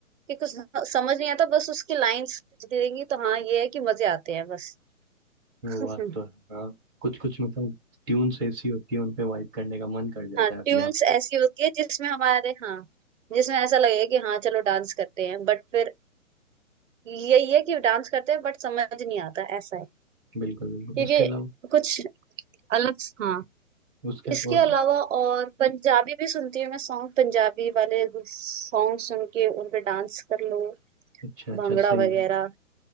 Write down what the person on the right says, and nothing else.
कि कुछ समझ नहीं आता बस उसकी लाइंस देंगी तो हाँ ये है कि मजे आते हैं बस
<laughs>
हाँ ट्यून्स
ऐसी होती है जिसमें हमारे हाँ जिसमें ऐसा लगे कि हाँ चलो डांस करते हैं बट फिर यही है कि डांस करते हैं बट समझ नहीं आता ऐसा है
क्योंकि
कुछ अलग हाँ
इसके
अलावा और पंजाबी भी सुनती हूँ मैं सॉन्ग पंजाबी वाले सॉन्ग सुन के उन पे डांस कर लो
भांगड़ा
वगैरह